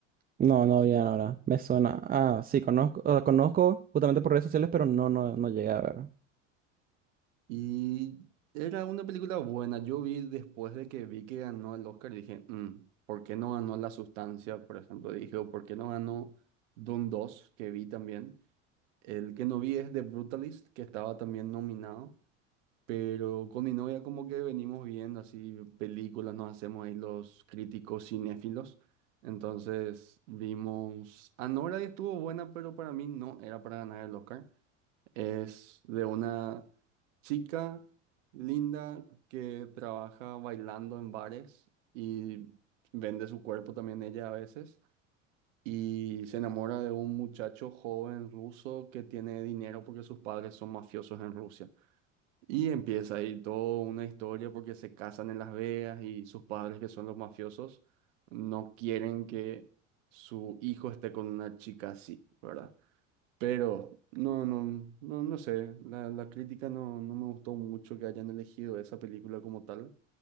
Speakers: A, on the right; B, on the right.
A: No, no vi ahora. Me suena. Ah, sí, conozco, ah, conozco justamente por redes sociales, pero no, no, no llegué a ver.
B: Y era una película buena. Yo vi después de que vi que ganó el Oscar, dije, "Mm, ¿por qué no ganó La Sustancia, por ejemplo? Dije, o ¿por qué no ganó Dune dos que vi también? El que no vi es The Brutalist, que estaba también nominado. Pero con mi novia como que venimos viendo así películas, nos hacemos ahí los críticos cinéfilos. Entonces vimos Anora y estuvo buena, pero para mí no era para ganar el Oscar. Es de una chica linda que trabaja bailando en bares y vende su cuerpo también ella a veces. Y se enamora de un muchacho joven ruso que tiene dinero porque sus padres son mafiosos en Rusia. Y empieza ahí toda una historia porque se casan en Las Vegas y sus padres que son los mafiosos no quieren que su hijo esté con una chica así, ¿verdad? Pero no, no, no, no sé, la, la crítica no, no me gustó mucho que hayan elegido esa película como tal.